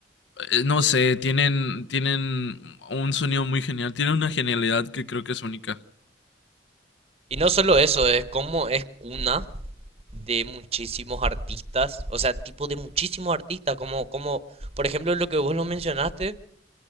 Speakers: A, on the left; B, on the right.
A: eh, no sé, tienen, tienen un sonido muy genial, tienen una genialidad que creo que es única.
B: Y no solo eso, es como es cuna de muchísimos artistas, o sea, tipo de muchísimos artistas, como, como por ejemplo lo que vos lo mencionaste,